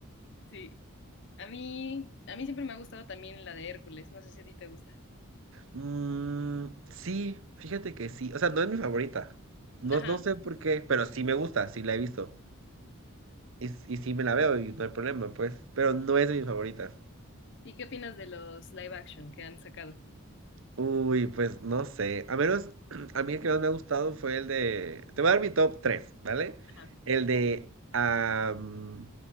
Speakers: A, on the left; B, on the right.
A: Sí. A mí, a mí siempre me ha gustado también la de Hércules. No sé si a ti te gusta.
B: Mm, sí, fíjate que sí. O sea, no es mi favorita. No,
A: Ajá.
B: no sé por qué, pero sí me gusta, sí la he visto. Y, y sí me la veo y no hay problema, pues. Pero no es de mis favoritas.
A: ¿Y qué opinas de los live action que han sacado?
B: Uy, pues no sé. A menos, <clears throat> a mí el que más me ha gustado fue el de... Te voy a dar mi top 3, ¿vale?
A: Ajá.
B: El de... am,